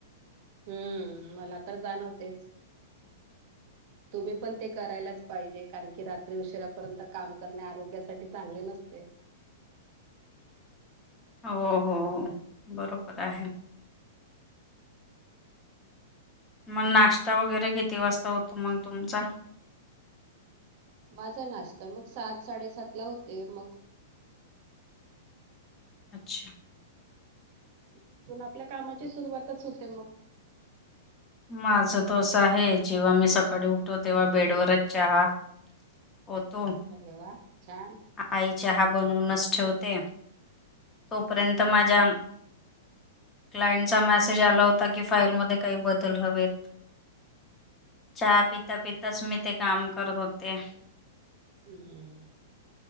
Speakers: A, on the right; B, on the left.
A: हम्म, ! मला तर जाणवतेच. तुम्ही पण ते करायलाच पाहिजे, कारण की रात्री उशिरापर्यंत काम करणे आरोग्यासाठी चांगले नसते.
B: हो-हो, !! बरोबर आहे. मग नाश्ता वगैरे किती वाजता होतो. मग तुमचा?
A: माझा नाश्ता बघ सात-साडेसात ला होतोय मग.
B: छै.
A: तिथून आपल्या कामाची सुरुवातच कसे होते मग.
B: माझं त अस आहे. जेव्हा मी सकाळी उठोतो तेव्हा बेड वरच चहा. होतो?
A: अरे वा छान <unintelligible>
B: आई चहा बनवूनच ठेवते,? तोपर्यंत माझ्या क्लाइंटचा मेसेज आला होता. की फाईलमध्ये काही बदल हवेत! चहा पितापिताच मी, ते काम करत होते.
A: हम